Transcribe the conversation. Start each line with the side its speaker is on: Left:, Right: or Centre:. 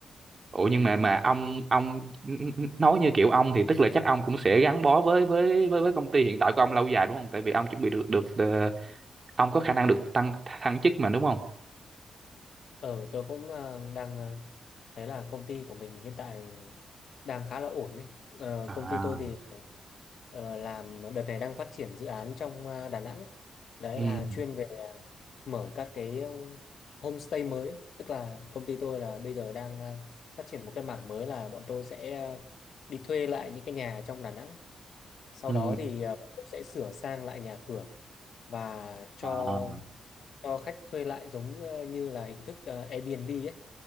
Right: ủa nhưng mà mà ông ông n- n- nói như kiểu ông thì tức là chắc ông cũng sẽ gắn bó với với với với công ty hiện tại của ông lâu dài đúng không tại vì ông chuẩn bị được được ờ, ông có khả năng được tăng thăng chức mà đúng không
Left: Ờ, tôi cũng ờ, đang ờ, thấy là công ty của mình hiện tại đang khá là ổn đấy. Ờ,
Right: à
Left: công ty tôi thì ờ, làm đợt này đang phát triển dự án trong ờ, Đà Nẵng. Đấy
Right: ừ
Left: là chuyên về mở các cái ừm, homestay mới. Tức là công ty tôi là bây giờ đang ờ, phát triển một cái mảng mới là bọn tôi sẽ ờ, đi thuê lại những cái nhà trong Đà Nẵng. Sau
Right: ừ
Left: đó thì ờ, bọn tôi sẽ sửa sang lại nhà cửa và cho
Right: à
Left: cho khách thuê lại giống ờ, như là hình thức ờ, Airbnb ấy